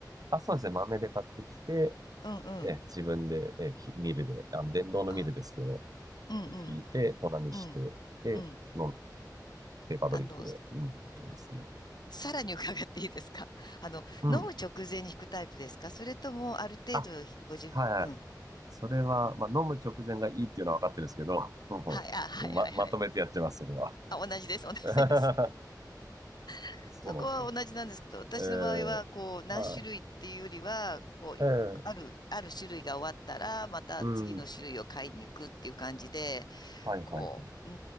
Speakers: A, on the right; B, on the left.
A: あ、そうですね。豆で買ってきて、
B: うんうん。
A: え、自分で、え、ひミルで、あの、電動のミルですけど、
B: はい。うんうん。
A: 引いて、粉にして、
B: うん
A: で、
B: うん。
A: 飲ペーパードリップで、
B: あの、
A: うん、って感じですね。
B: さらに伺っていいですか <laughs> あの、
A: うん。
B: 飲む直前に引くタイプですかそれともある程度ご自分、
A: あ、はいはい。
B: うん。
A: それは、まあ、飲む直前がいいっていうのは分かってるんですけど、<laughs> もう、
B: はい、あ、はいはいはい。
A: ま、まとめてやってます、そこは。
B: あ、同じです、同じです。
A: <laughs>
B: <laughs>
A: そうなんですよ。
B: そこは同じなんですけど、私の場合は、
A: ええは
B: こう、何種類っていうよりは、こう、
A: い。えー
B: ある、ある種類が終わったら、また次の種類を買いに行くっていう感じで、
A: うん。はいはいはい。
B: こう、う